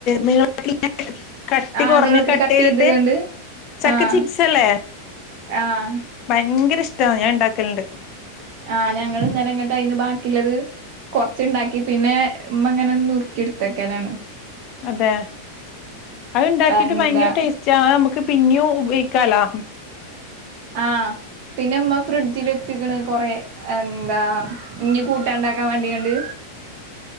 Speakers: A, on the left; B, on the right.
A: നീളത്തില് <unintelligible> കട്ടി
B: ആ
A: കൊറഞ്ഞ്
B: നീളത്തിൽ
A: കട്ട്‌
B: കട്ട്
A: ചെയ്തിട്ട്
B: ചെയ്ത്കണ്ട്
A: ചക്ക
B: ആഹ്
A: ചിപ്സ് അല്ലെ
B: ആഹ്
A: ഭയങ്കര ഇഷ് ട്ടാണ് ഞാൻ ഇണ്ടാക്കലിണ്ട്.
B: ആഹ് ഞങ്ങളിന്നലെ ഇങ്ങട്ട് അതീന്ന് ബാ ക്കിള്ളത് കൊറച്ചിണ്ടാക്കി പിന്നെ ഉമ്മ ഇങ്ങനെ നുറുക്കി എടുത്തു വെക്കലാണ്
A: അതേ അതിണ്ടാക്കിയട്ട്
B: എന്താ
A: ഭയങ്കര ടേസ്റ്റാ അത് നമുക്ക് പിന്നേ ഉപയോഗിക്കാലാ
B: ആഹ് പിന്നെ ഉമ്മ ഫ്രിഡ്ജില് വെച്ചേക്കണ് കൊറേ. ഇം എന്താ ഇനി കൂട്ടാൻ ഇണ്ടാക്കാൻ വേണ്ടിയണ്ട്